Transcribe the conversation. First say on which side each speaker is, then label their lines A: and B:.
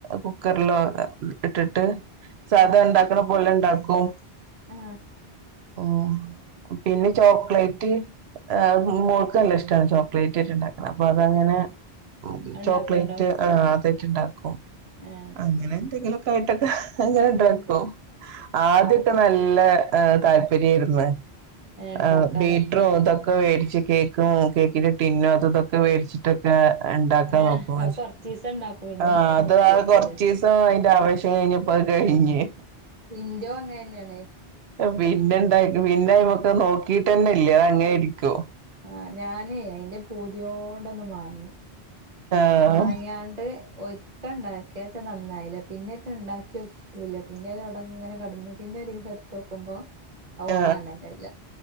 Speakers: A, on the right; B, on the right.
A: കുക്കറിലോ ഇട്ടിട്ട് സാധ
B: ആ
A: ഇണ്ടാക്കണ പോലെ ഇണ്ടാ <unintelligible> ക്കും
B: ആ
A: ഓ പിന്നെ ചോക്ലേറ്റ് ആ മോൾക്ക് നല്ല ഇഷ്ടാണ് ചോക്ലേറ്റിട്ട് ഇണ്ടാക്കണ അപ്പൊ അതങ്ങനെ ഓ
B: ഉണ്ടാക്കേണ്ടോ
A: ചോക്ലേറ്റ് ആ വച്ചുണ്ടാക്കും
B: ഏ
A: അങ്ങനെ എന്തെങ്കിലുഒക്കെ കയട്ടക്ക അങ്ങനെണ്ടക്കോ
B: ഉം
A: ആതിയൊക്കെ നല്ല ഹ് താൽ ല്പര്യമായിരുന്നു
B: ഇണ്ടാക്കാന്
A: അ ബീട്ടറുംതോ വേടിച്ച് കേക്കും കേക്കിന്റെ ടിന്നും അത് ഇതൊക്കെ വേടിച്ചിട്ട് ക ഉണ്ടാക്കാൻ
B: അത്
A: നോക്കും പക്ഷെ
B: കൊറച്ചീസം ഇണ്ടാക്കും പിന്നെ
A: ആ അത്
B: നിർത്തി
A: ആ
B: വെക്കൂല്ലേ
A: കൊറച്ചീസം എന്റെ ആവശ്യം കഴിഞ്ഞപ്പോഅത് കഴിഞ്ഞ്
B: ഇന്റോ അങ്ങ ന്നെണ്
A: പിന്നെണ്ട പിന്നെആയിമക്ക് നോക്കിട്ടന്നെ ഇല്ലേ അത് അങ്ങനെഇരിക്കും
B: ആ ഞാന് അയിന്റെ പൂതിയോണ്ടൊന്ന് വാങ്ങി
A: ആഹ്
B: മാങ്ങിയാണ്ട് ഒരിക്ക ഉണ്ടാക്കിന്റനന്നായില്ല പിന്നെന്റെ ഉണ്ടാക്കിനോക്കിട്ടുലിയ പിന്നെ അവിടെ ഇങ്ങനെ കടന്നു പിന്നെ ഒരു ദിവസം എടുത്ത നോക്കുമ്പോ അത്
A: ആ
B: ഓണാവ്ണന്നെല്ല